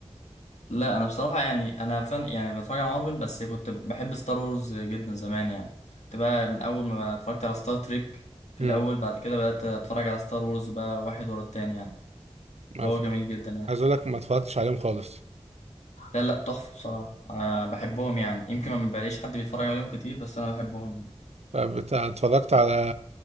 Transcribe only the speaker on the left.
لا انا بصراحه يعني انا فن يعني بتفرج على مارفل بس كنت بحب ستار وورز جدا زمان يعني كنت بقى من اول ما اتفرجت على ستار تريك في
الاول بعد كده بدات اتفرج على ستار وورز بقى واحد ورا التاني يعني
فهو
جميل جدا يعني
لا لا تحفه بصراحه أه بحبهم يعني يمكن ما بلاقيش حد بيتفرج عليهم كتير بس انا بحبهم يعني